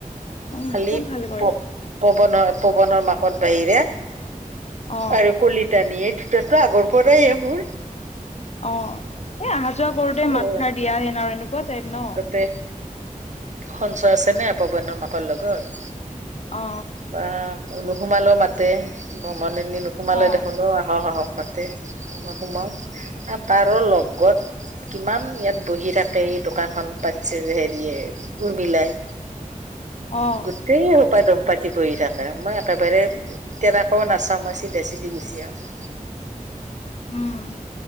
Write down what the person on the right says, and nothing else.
খালি-
প পৱনৰ পৱনৰ মাকত বাহিৰে
আৰু কলিত- নি এই দুটাতো আগৰ পৰাই মোৰ।
অ
তাতে সঞ্চয় আছেনে পৱনৰ মাকৰ লগত?
বা নোসোমালেওঁ মাতে, ব্ৰমণিনী নোসোমালে
দেখোনোওঁ আহক আহক মাতে। তাৰপা সোমাওঁ আৰু লগত- কিমান ইয়াত বহি থাকে, এই দোকানখন পাটিছে হেৰিয়ে! উৰ্মিলাই,
গোটেই সোপা দম পাতি বহি থাকে। মই একেবাৰে- তেতিয়া আকৌ নাচাওঁ, মই চিধা চিধি গুচি আহোঁ।